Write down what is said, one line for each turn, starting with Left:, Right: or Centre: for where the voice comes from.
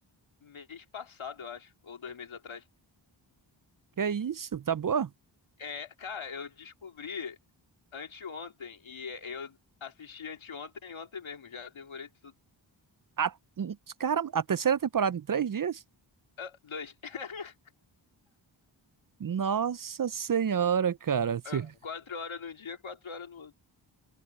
Left: mês passado, eu acho, ou dois meses atrás.
Right: Que é isso? Tá boa?
Left: É, cara, eu descobri. anteontem. E eu assisti anteontem e ontem mesmo. Já devorei tudo.
Right: A... Cara, a terceira temporada em três dias?
Left: Ah, dois. <laughs>
Right: Nossa Senhora, cara. Se-
Left: Ah, Cara, Quatro horas num dia, quatro horas no outro.